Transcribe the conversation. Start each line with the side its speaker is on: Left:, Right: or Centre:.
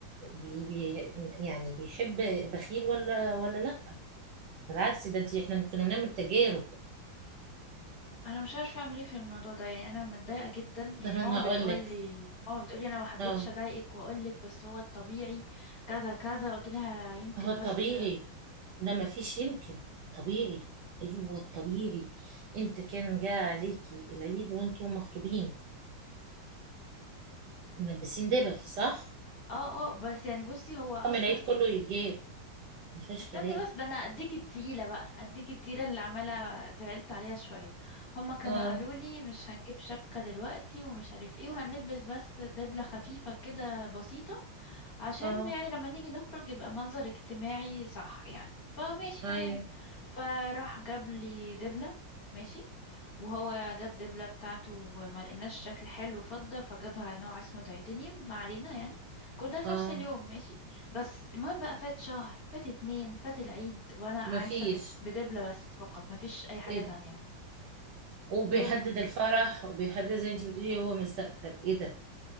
Right: بي بي يعني بيحب بخيل ولا ولا لا بالعكس ده انت احنا كنا بنعمل تجارب
Left: انا مش عارفه اعمل ايه في الموضوع ده يعني انا متضايقه جدا يعني
Right: طب انا
Left: ماما
Right: هقول
Left: بتقول
Right: لك
Left: لي ماما بتقول لي انا ما حبيتش
Right: اه
Left: اضايقك واقول لك بس هو الطبيعي كذا كذا قلت لها يمكن
Right: هو طبيعي
Left: بس
Right: ده ما فيش يمكن طبيعي ايوه طبيعي انت كان جاء عليكي العيد وانتم مخطوبين ملبسين دبل صح
Left: اه اه بس يعني بصي هو اصلا
Right: طقم العيد كله يتجاب ما فيهاش
Left: استني
Right: كلام
Left: بس ده انا اديك التقيله بقى اديك التقيله اللي عماله زعلت عليها شويه هما كانوا
Right: اه
Left: قالوا لي مش هنجيب شبكه دلوقتي ومش عارف ايه وهنلبس بس دبله خفيفه كده بسيطه عشان
Right: اه
Left: يعني لما نيجي نخرج يبقى منظر اجتماعي صح يعني فماشي
Right: ايوه
Left: تمام فراح جاب لي دبله ماشي وهو جاب دبله بتاعته وما لقيناش شكل حلو فضه فجابها نوع اسمه تيتانيوم ما علينا يعني كل ده في
Right: اه
Left: نفس اليوم ماشي بس المهم بقى فات شهر فات اتنين فات العيد وانا عايشة
Right: ما فيش
Left: بد- بدبلة بس فقط مفيش اي حاجة
Right: ايه
Left: تانية
Right: ده وبيحدد
Left: يوم
Right: الفرح وبيحدد زي انت بتقولي هو مستقبل ايه ده